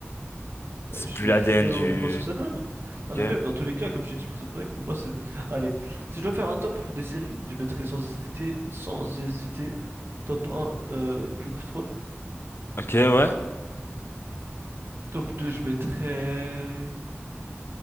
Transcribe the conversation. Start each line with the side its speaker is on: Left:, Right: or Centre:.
Left: C'est
Right: Bah, j'ai
Left: plus la
Right: j'ai
Left: l'ADN
Right: quand même
Left: du...
Right: envie de voir ce que ça donne. Non, mais
Left: Ok,
Right: même dans tous les cas, comme je t'ai dit, Prison Break, pour moi, c'est. Allez, si je dois faire un top des séries, je mettrais sans hésiter, sans hésiter, top un euh, Game of Thrones.
Left: ok, ouais.
Right: Top 2 je mettrais.